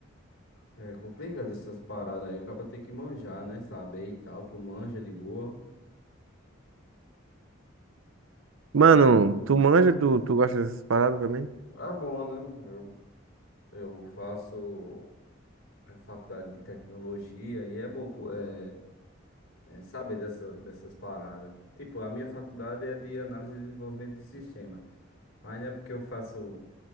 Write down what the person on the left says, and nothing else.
É complicado essas paradas aí. O cara tem que manjar, né? Saber e tal. Tu manja de boa.
É bom, né? Eu, eu faço a faculdade de tecnologia e é bom co- é, é saber dessa, dessas paradas. Tipo, a minha faculdade é de análise e desenvolvimento de sistema. Mas não é porque eu faço.